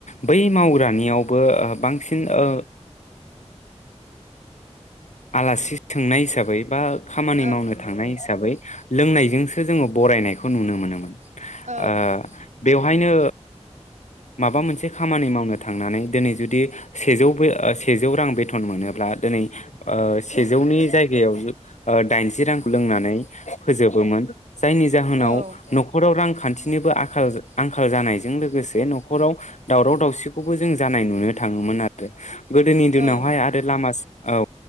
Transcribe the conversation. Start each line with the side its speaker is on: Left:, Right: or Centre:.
Left: बै मावग्रानियाव बो बांसिन ओ आलासि सोंनाय हिसाबै बा खामानि
Right: औ
Left: मावनो थांनाय हिसाबै लोंनायजोंसो जोङो बरायनायखौ नुनो मोनोमोन
Right: औ
Left: ओ बेवहायनो माबा मोनसे खामानि मावनो थांनानै दिनै जुदि सेजौ सेजौ रां बेथन मोनोब्ला दिनै ओ सेजौनि जायगायाव दाइनजि रांखौ लोंनानै फोजोबोमोन जायनि जाहोनाव
Right: औ
Left: न'खराव रां खान्थिनिबो आं आंखाल जानायजों लोगोसे न'खराव दावराव दावसिखौबो जों जानाय नुनो थाङोमोन आरो गोदोनि
Right: औ
Left: दिनावहाय
Right: औ
Left: आरो लामा औ